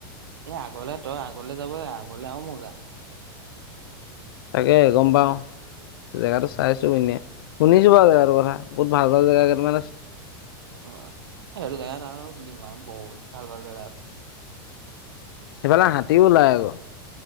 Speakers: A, on the right (about 80°); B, on the left (about 70°).
A: এই আগলে তই আগলে যাব আগলে আহও মই যাম <unintelligible>
B: তাকে গম পাওঁ জেগাটো চাইছো এনেই শুনিছো আৰু জেগটো কথা বু ভাল জেগােই তাৰানে
A: উ সেইটো জেগাত আৰু ডিমা বহুত ভাল ভাল জেগা
B: সেইফালে হাতীও ওলাই আকৌ